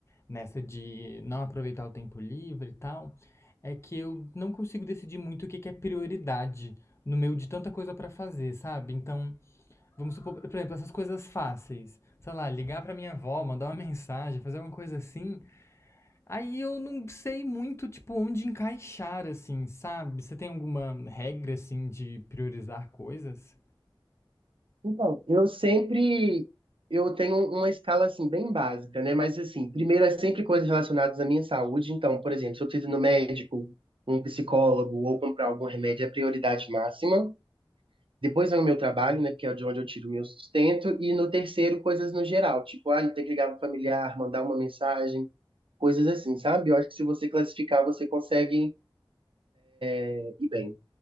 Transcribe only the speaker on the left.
nessa de não aproveitar o tempo livre e tal, é que eu não consigo decidir muito o que que é prioridade no meio de tanta coisa pra fazer, sabe? Então, vamos supor, por exemplo, essas coisas fáceis, sei lá, ligar pra minha avó, mandar uma <laughs> mensagem, fazer alguma coisa assim. Aí eu não sei muito, tipo, onde encaixar, assim, sabe? Você tem alguma regra, assim, de priorizar coisas?